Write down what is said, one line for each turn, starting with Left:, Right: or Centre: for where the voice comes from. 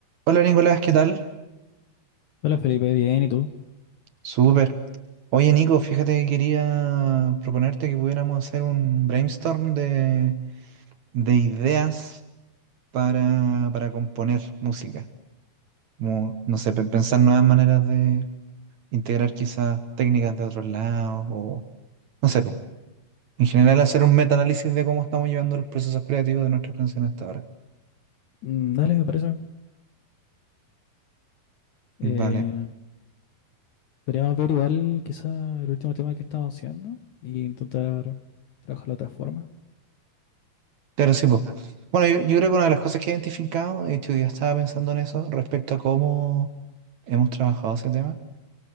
Right: Hola Nicolás, ¿qué tal?
Left: Hola Felipe, bien, ¿y tú?
Right: Súper. Oye Nico, fíjate que quería proponerte que pudiéramos hacer un brainstorm de, de ideas para, para componer música. Como, no sé, pe- pensar nuevas maneras de integrar quizás técnicas de otros lados o, no sé, pues, en general hacer un metaanálisis de cómo estamos llevando los procesos creativos de nuestras canciones hasta ahora.
Left: Mm, Dale, me parece. Eh,
Right: Vale.
Left: podríamos ver igual quizá el último tema que estamos haciendo y intentar trabajarlo de otra forma.
Right: Claro, sí, pues. Bueno, yo, yo creo que una de las cosas que he identificado, de hecho, yo estaba pensando en eso respecto a cómo hemos trabajado ese tema